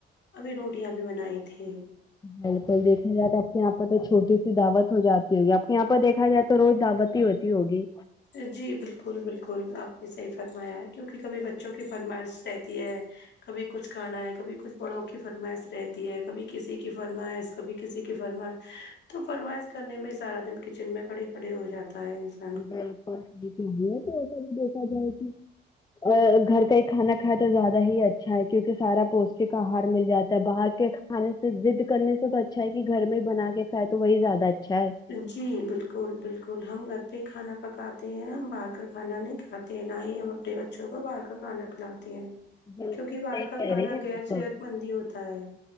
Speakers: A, on the left; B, on the left.
A: ابھی روٹیاں بھی بنائی تھی
B: بالکل دیکھا جائے تو آپ کے یہاں پر تو چھوٹی سی دعوت ہو جاتی ہوگی آپ کے یہاں پر دیکھا جائے تو روز دعوت ہی ہو تی ہوگی
A: جی بالکل بالکل آپ نے صحیح فرمایا ہے کیونکہ کبھی بچوں کی فرمائش رہتی ہے کبھی کچھ کھانا ہے کبھی کچھ بڑوں کی فرمائش رہتی ہے کبھی کسی کی فرمائش کبھی کسی کی فرما تو فرمائش کرنے میں سارا دن کچن میں کھڑے کھڑے ہو جاتا ہے ج
B: ادھر اوپی ہے تو ایسا بھی دیکھا جائے کہ ا گھر کا ہی کھانا کھائے تو زیادہ ہی اچھا ہے کیونکہ سارا پوس ٹک آہار مل جاتا ہے باہر کے کھانے سے ضد کرنے سے تو اچھا ہے کہ گھر میں بنا کے کھائے تو وہی زیادہ اچھا ہے
A: جی بال کل بالکل ہم گھر پہ کھانا پکاتے ہیں ہم باہر کا کھانا نہیں کھاتے ہیں نہ ہی ہم چھوٹے بچوں کو باہر کا کھانا کھلاتے ہیں
B: بالکل
A: کیونکی
B: صحیح
A: باہر کا
B: کہہ
A: کھا
B: رہی ہیں
A: غیر صحت
B: آپ
A: مند ہی ہوتا ہے